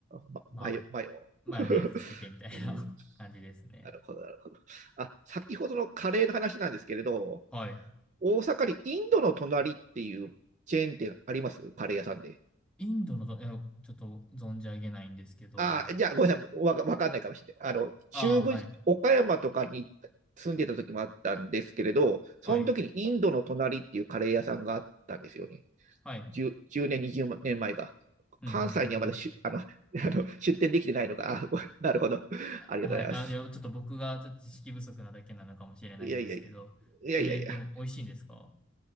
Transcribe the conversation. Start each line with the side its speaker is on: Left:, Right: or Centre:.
Right: ま、
Centre: ま
Right: マヨ、マヨ。
Centre: マヨネーズつけてみたいな
Right: <laughs> うん、
Centre: <laughs> 感じですね。
Right: なるほど、なるほど。あ、先ほどのカレーの話なんですけれど、
Centre: はい。
Right: 大阪にインドの隣っていうチェーン店ありますカレー屋さんで。
Centre: インドのど、いや、ちょっと存じ上げないんですけど、
Right: あ、じゃあ、ごめんなさい。わかわかんないかもしれない。あの、
Centre: ああ、
Right: 中部、
Centre: はい、
Right: 岡山とかに住んでた時もあったんですけれど、その時にインドの隣っていうカレー屋さんがあったんですよね。
Centre: はい、はい。
Right: 10, 10年、20年前が。
Centre: うん、
Right: 関西にはまだしあの
Centre: うん、うん、うん。
Right: <laughs> あの出店できてないのか。あなるほど。ありがとうございます。
Centre: はい。あ、いや、ちょっと僕がちょっと知識不足なだけなのかもしれないんですけど、
Right: いやいやいや。いやいやいや。
Centre: えー、でも美味しいんですか